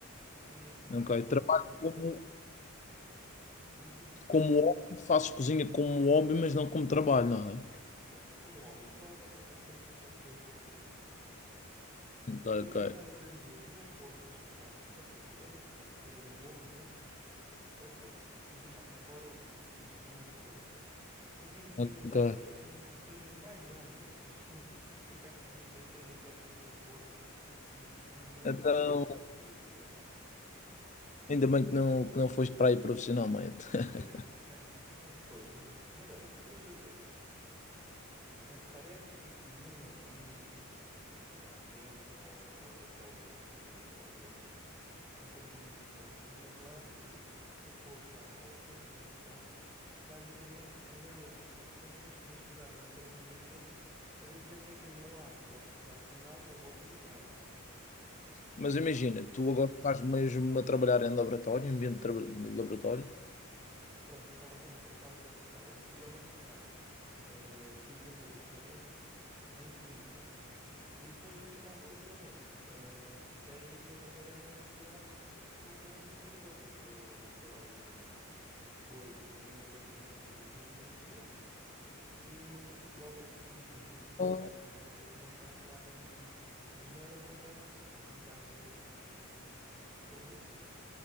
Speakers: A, on the right; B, on the left.
A: E hum,
B: é? Ok,
A: vi
B: trabalho
A: uma receita
B: como,
A: de um... Diz isso?
B: como hobby, faço cozinha como hobby, mas não como trabalho, não é?
A: Exato, como hobby, só para passar o tempo quando estou aborrecido.
B: Ok, ok.
A: E e estava-te a dizer, vi um bolo de chocolate que me pareceu super interessante, que era um bolo mousse de chocolate. Ou seja, cozinhado por fora, mas cremoso por dentro. E decidi experimentar
B: Ok.
A: e olha, saiu saiu mais ou menos. <laughs> Porque acho que deixei demasiado tempo no forno e, e cozinhou
B: Então,
A: demais do que o que devia por dentro.
B: ainda bem que não, que não foste para aí profissionalmente. <laughs>
A: <laughs> Pois, vamos isso. Mas olha, se tu fores a ver Ah, Parece que cozinha e hum, a ciência ou o laboratório, o o que eu acabei por seguir, são coisas muito diferentes, mas na verdade, eh, se tu fores ao, ao centro da questão, basicamente em ambas as profissões tens que misturar uma série de ingredientes. A diferença é que num lado podes provar no final, no outro não, né?
B: Mas imagina,
A: É,
B: tu agora estás mesmo a trabalhar em laboratório, em ambiente de, traba- de laboratório,
A: pronto, estava, a con- eh, estava-te a contar. A seguir ao mestrado, eh, fui fazer doutoramento em Química. E depois, no final do doutoramento, ah, fiquei a trabalhar na universidade como um investigador e estou lá desde então. Isto foi, terminei o doutoramento em 2021 e vinte e um e logo a seguir, uns meses
B: ou
A: depois, arranjei um contrato lá na. Mas não é um contrato fixo, é um contrato, hum, com termo.